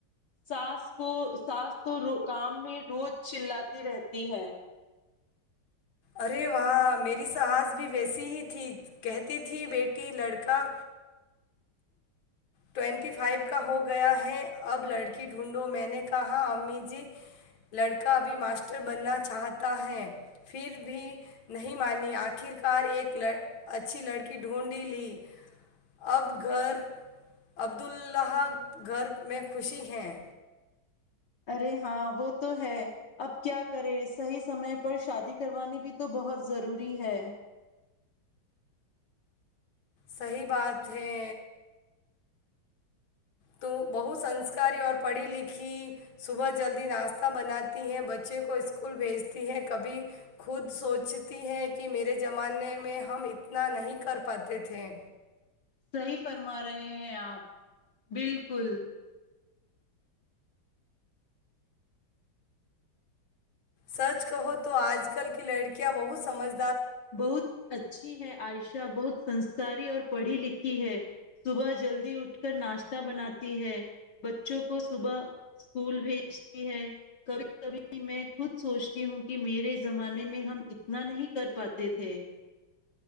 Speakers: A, on the left; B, on the left.
A: سانس کو سس تو کام میں روز چلاتی رہتی ہے
B: ارے وہاہ میری ساس بھی ویسی ہی تھی کہتی تھی بیٹی لڑکا ٹوینٹی فائیو کا ہو گیا ہے اب لڑکی ڈھونڈو میں نے کہااں امی جی لڑکا ابھی ماسٹر بننا چاہتا ہے پھر بھی نہیں مانی آخرکار ایک اچھی لڑکی ڈھونڈی لی اب گھر عبد اللہ گھر میں خوشی ہیں
A: ارے ہاں وہ تو ہے اب کیا کرے صحیح سمے پر شادی کروانی بھی تو بہت ضروری ہے
B: صحیح بات ہے تو بہو سنسکاری اور پڑھی لکھی صبح جلدی ناشتہ بناتی ہیں بچے کو اسکول بھیجتی ہیں کبھی خود سوچتی ہیں کہ میرے زمانے میں ہم اتنا نہیں کر پاتے تھے
A: صحی فرما رہے ہیں آپ بالکل
B: سچ کہو تو آج کل کی لڑکیاں بہت سمجھ
A: بہت اچھی ہے عائشہ بہت سنس ساری اور پڑھی لکھی ہے صبح جلدی اٹھ کر ناشتہ بناتی ہے بچوں کو صبح اسکول بھیجتی ہے کبھی کبھی میں خود سوچتی ہوں کہ میرے زمانے میں ہم اتنا نہیں کر پاتے تھے